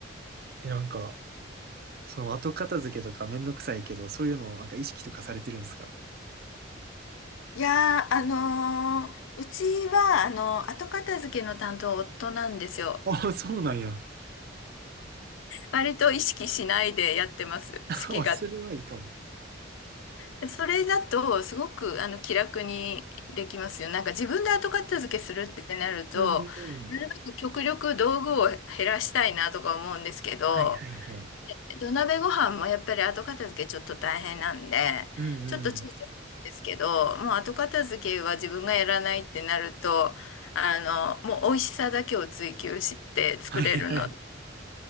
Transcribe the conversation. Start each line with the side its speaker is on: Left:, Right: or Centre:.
Right: え、なんか、その後片付けとかめんどくさいけど、そういうのをなんか意識とかされてるんですか
Left: いやー、あのーうちは、あの、後片付けの担当夫なんですよ。
Right: ああー、そうなんや。
Left: 割と意識しないでやってます。
Right: <laughs>
Left: 好き勝
Right: あ、それはいいかも。
Left: でそれだと、すごく、あの、気楽にできますよ。なんか自分で後片付けするってなると、
Right: うんうんうん。
Left: なるべく極力道具を減らしたいなとか思うんですけど、
Right: はいはいはい。
Left: 土鍋ご飯もやっぱり後片付けちょっと大変なんで、
Right: うんうん。
Left: ちょっと躊躇するんですけど、もう後片付けは自分がやらないってなると、あの、もう美味しさだけを追求して作れるので。
Right: はいはい。